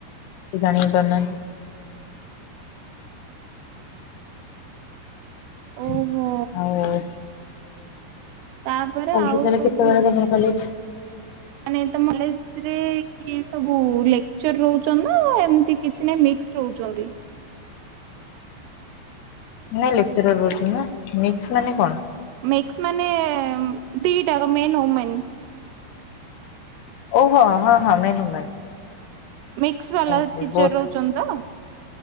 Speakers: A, on the left; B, on the right.
A: କେଇ ଜାଣି ପାରୁନାହାନ୍ତି। ଆଉ
B: ଓହୋ ତାପରେ
A: <unintelligible>
B: ଆଉ
A: କେତେବେଳେ
B: ସବୁ
A: ଗଲେଣି କଲେଜ?
B: ମାନେ ତମ କଲେଜରେ କିଏ ସବୁ ଲେକ୍ଚର ରହୁଚନ୍ତି ନା, ଏମିତି କିଛି ନାହିଁ ମିକ୍ସ ରହୁଚନ୍ତି।
A: ନାଇଁ ଲେକ୍ଚର ରହୁଚନ୍ତି ନା, ମିକ୍ସ ମାନେ କଣ?
B: ମିକ୍ସ ମାନେ ଦିଟା ଆକ, ମେନ୍ ଓମେନ୍।
A: ଓ ହୋ ହଁ ହଁ, ମେନ୍ ଓମେନ୍।
B: ମିକିସ୍ ବାଲା
A: ଓବିଅସଲି
B: ଟିଚର୍
A: ବୋଥ୍
B: ରହୁଚନ୍ତି ତ?